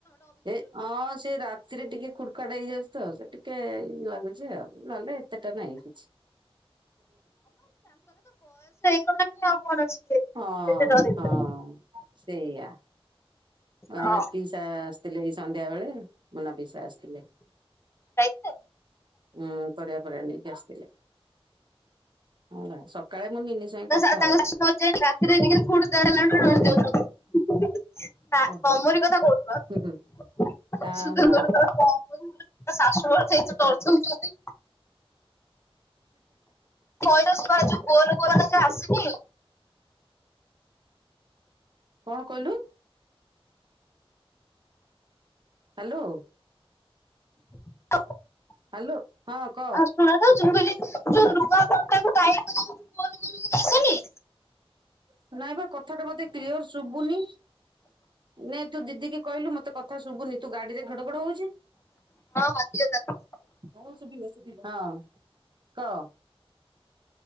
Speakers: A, on the right; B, on the left.
A: ଏ ଅଁ ସେଇ ରାତ ଶିରେ ଟିକେ ଖୁଡ଼୍ ଖାଡ଼୍ ହେଇଯାଉଛି ତ। ସେ ଟିକେ ଇଏ ଲାଗୁଛି ଆଉ। ନହେଲେ ଏତେ ଟା ନାହଁ କିଛି।
B: ଗଲାଣି ଆଉ। କଣ ସିଏ
A: ହଁ
B: କେତେ ଡରିବେ।
A: ହଁ ସେଇଆ। ଏ
B: ହଁ
A: ପିଇସା ଆସିଥିଲେ ଏଇ ସନ୍ଧ୍ୟା ବେଳେ ମୁନା ପିଇସା ଆସିଥିଲେ।
B: ଯାଇଥିଲେ?
A: ହୁଁ ପରିବା ଫରିବା ନେଇକି ଆସିଥିଲେ। ହେଲା ସକାଳେ ମୁଁ ନିନି ସାଙ୍ଗେ
B: ତା
A: କଥା ହଉଥିଲି।
B: ତାଙ୍କ ଶାଶୁ ମରିଯାଇଥିଲା ରାତିରେ ଟିକେ ଖୁଡ୍ ତାଡ଼୍ ହେଲେ
A: କାହାର
B: ଡରି
A: ବେ?
B: ଯାଉଛନ୍ତି। ନା
A: ଓହୋ
B: ତମରି କଥା କହୁ
A: ହୁଁ ହୁଁ
B: <unintelligible>
A: ଅହଁ
B: ଶାଶୁ ମରିଯାଇଛି ଡରୁଛନ୍ତି ଓଲି। ମୟସୁର ଯଉ ଗୋଲ ଗୋଲଟା ଯୋଉ ଆସୁନି,
A: କଣ କହିଲୁ? ହ୍ୟାଲୋ।
B: <unintelligible>
A: ହାଲୋ। ହଁ କହ
B: ଆଉ ଶୁଣଯାଉଚି? ମୁଁ କହିଲି ଯୋଉ ରୁଆ କଣ୍ଟାକୁ ଟାଇପ ଯଉ <inaudible> ଆସେନି।
A: ଆ ନାଇଁ ବା କଥା ଟା ମତେ କ୍ଳିଅର ଶୁଭୁନି। ନେ ତୁ ଦିଦି କି କହିଲୁ, ମତେ କଥା ଶୁଭୁନି ତୁ ଗାଡିରେ ଘଡ଼ଘଡ଼ ହଉଛି।
B: ହଁ ଦିଅ ତାକୁ
A: ହଁ କହ